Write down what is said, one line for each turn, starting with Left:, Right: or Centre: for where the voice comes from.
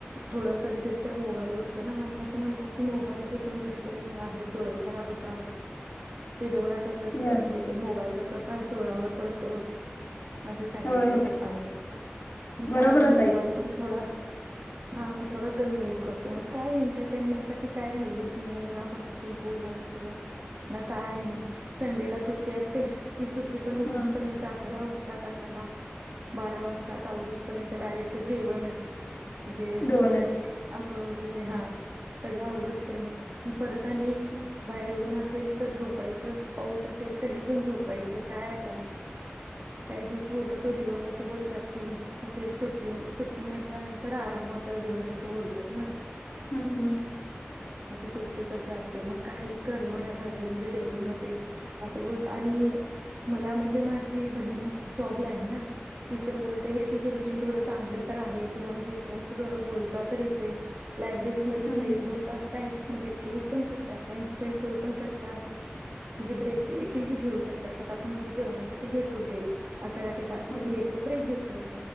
Right: थोड कधी कधी मोल बघतो ना आणि अस म्हणतात की मोलचे पण दुष्पिणाम आहेत डोळे खराब होतात - प्र
Left: बर
Right: म्हणजे- मोबाईलचा प्रकाश डोळ्यावर पडतो- असे सांगितले
Left: होय होय
Right: पप्पानी मग
Left: बरोबरच
Right: त्यामुळे मोबाईल
Left: आहे की
Right: पण थोडा हा मग थोडा कमी युज करतोय मग काय एंटरटेनमेंट साठी काय राहिलेच नाही ना कुणाशी बोलायचं ना काय नाही संडेला सुट्ट सुट्टी असते ती सुट्टी ती पण उठूस
Left: हा
Right: पर्यंत अकरा वाजताात अकरा बारा वाजताात आवरूस पर्यंत डायरेक्ट जेवणच म्हणजे
Left: दोनच
Right: सगळं आंघोळ वगैरे हा सगळा आवरूस पर्यंत परत
Left: हम्म
Right: बाहेर ऊन अस असेल तर झोपायच पाऊस असेल तरी पण झोपायचं काय आता त्याहीच नाही पूर्ण तो दिवस असं बोलतात की म्हणजे सुट्टी सुट्टी म्हंटल्यानंतर आरामचा दिवस असं बोलतात ना
Left: हम्म हम्म.
Right: मग तू सुट्टीतच जातोय मग काही करम न झालंय म्हणजे डेलीमध्ये असं बोल आणि मला म्हणजे माझी बहीण जॉबला आहे ना ती तर बोलते हे तुझं रुटीनथड चांगलं तर आहे तुला म्हणजे मित्रांशी थोडं बोलतात येतये लायब्ररीमध्ये
Left: हम्म
Right: तू एक दोन तास टाइम म्हणजे ठेवू पण शकता टाइम स्पेंड करू पण शकतास म्हणजे ब्रेक देखील तू घेऊ शकतास आता आपण जस जेवणासाठी घेतो ब्रेक अकरा ते पाच मध्ये
Left: हम्म
Right: एकला ब्रेक घेतो